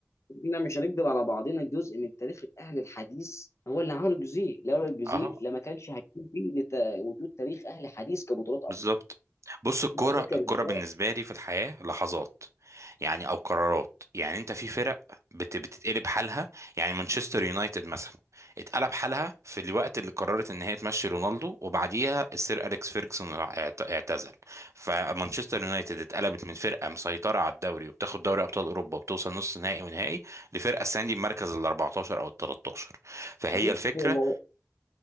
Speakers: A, on the left; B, on the right.
A: احنا مش هنكذب على بعضنا جزء من تاريخ الاهل الحديث هو اللي عمل الجزيء لولا الجزيء
B: اه
A: لما كانش هيكون فيه لت- وجود تاريخ اهل حديث كبطولات
B: بالظبط بص الكوره
A: أبطال.
B: الكوره بالنسبه لي في الحياه لحظات يعني او قرارات يعني انت في فرق بت بتتقلب حالها يعني مانشستر يونايتد مثلا اتقلب حالها في الوقت اللي قررت ان هي تمشي رونالدو وبعديها السير اليكس فيرجسون اعت- اعتزل فمانشستر يونايتد اتقلبت من فرقه مسيطره على الدوري وبتاخد دوري ابطال اوروبا وبتوصل نص نهائي ونهائي لفرقه السنه دي بمركز ال 14 او ال 13 فهي
A: بص،
B: الفكره
A: مو-